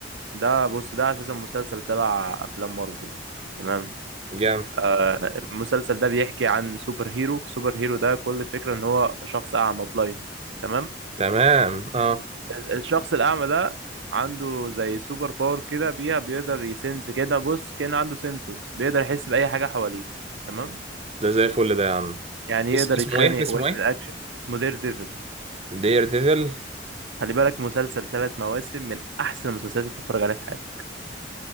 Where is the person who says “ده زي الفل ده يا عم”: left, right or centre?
Right